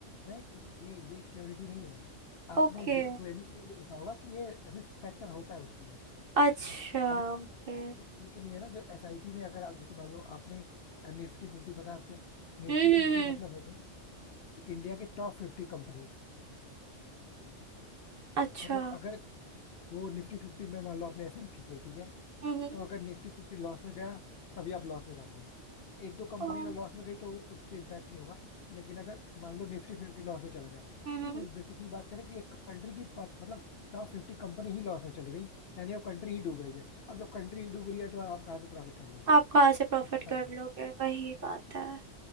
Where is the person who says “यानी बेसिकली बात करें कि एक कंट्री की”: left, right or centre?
Left